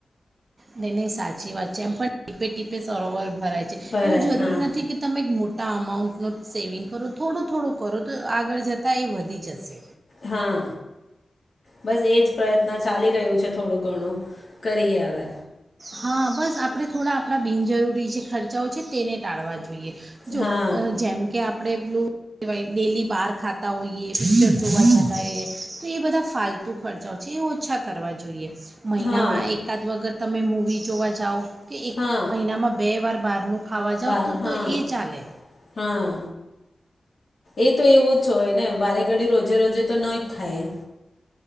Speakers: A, on the right; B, on the left.
A: નહી નહી સાચી વાત છે એમ પણ ટીપે ટીપે સરોવર ભરાય છે
B: ભરાય
A: એવું જરૂરી
B: હા
A: નથી કે તમે એક મો ત અમાઉન્ટનું સેવિંગ કરો થોડું થોડું કરો તો આગળ જતાં એ વધી જશે
B: હા બસ એજ પ્રયત્ન ચાલી રહ્યું છે થોડું ઘણું કરીએ અવે
A: હા બસ આપણે થોડા આપણા બિનજરૂરી જે ખર્ચાઓ છે તેને ટાળવા જોઈએ જો
B: હા
A: જેમ કે આપ આપણે પેલું કહેવાય ડેલી બહાર ખાતા હોઈએ પિક્ચર જોવા જતા હોઈએ તો એ બધા ફાલતુ ખર્ચાઓ છે એ ઓછા કરવા જોઈએ મહિનામાં
B: હા
A: એકાદ વખત તમે મૂ વી જોવા જાઓ કે એક
B: હા
A: મહિનામાં બે વાર બારનું ખાવ ખાવા જાવ
B: બાર
A: તો
B: હા
A: તો એ ચાલે
B: હા એ તો એવું જ હોય ને વારે ઘડી રોજે રોજે તો નહી જ થાય